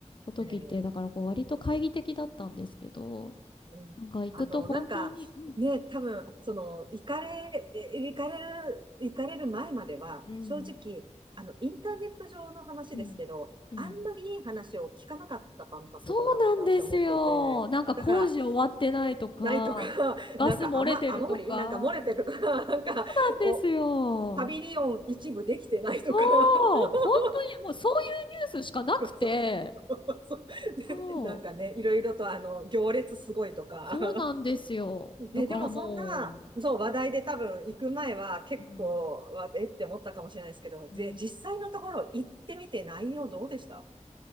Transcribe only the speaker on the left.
の時って、
だからこう、割と懐疑的だったんですけど、
なんか行くと本当に、
うん、
うん、
うん、うん。
そうなんですよ。なんか工事終わってないとか、
ガス漏れてるとか。
なんですよ。
そう、
本当にもうそういうニュースしかなくて、
そ
う、そうなんですよ。
だからも
う、うん、
うん、